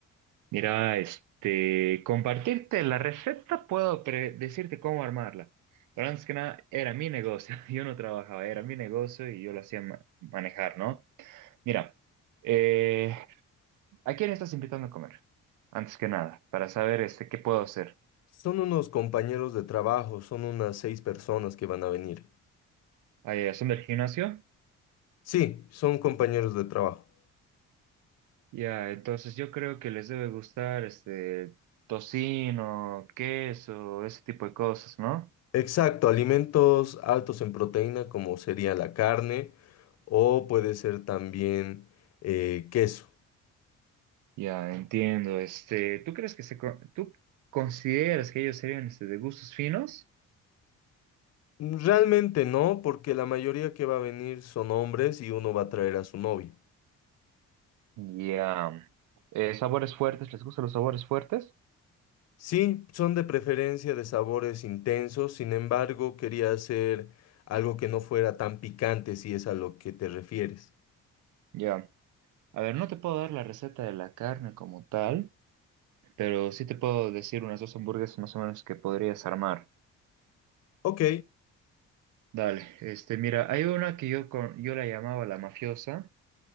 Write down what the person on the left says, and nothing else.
Son unos compañeros de trabajo, son unas seis personas que van a venir.
Sí, son compañeros de trabajo.
Exacto, alimentos altos en proteína como sería la carne o puede ser también eh, queso.
Realmente no, porque la mayoría que va a venir son hombres y uno va a traer a su novia.
Sí, son de preferencia de sabores intensos, sin embargo, quería hacer algo que no fuera tan picante si es a lo que te refieres.
Ok,